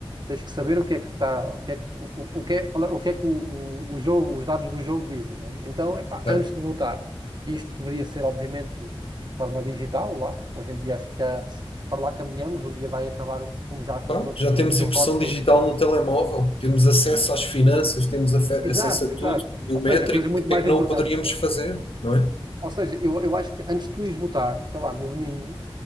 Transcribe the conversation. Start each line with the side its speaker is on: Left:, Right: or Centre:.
Right: Tens que saber o que é que está, o que é que, o, o- que é, o que é que o, o- o jogo, os dados do jogo dizem, né? Então, epá,
Left: Certo.
Right: antes de votar, isto deveria ser, obviamente, de forma digital lá. Hoje em dia acho que já para lá caminhamos, um dia vai acabar, como já acabou
Left: Pá,
Right: noutros
Left: já
Right: países,
Left: temos
Right: o
Left: impressão
Right: voto.
Left: digital no telemóvel, temos acesso
Right: Sim,
Left: às finanças, temos afe-
Right: exato,
Left: acesso a tudo,
Right: exato.
Left: biométrico,
Right: Ou seja, coisas muito
Left: porque
Right: mais
Left: é que
Right: importantes,
Left: não o poderíamos
Right: né?
Left: fazer, não é?
Right: Ou seja, eu, eu acho que antes de tu ires votar, sei lá, no domingo,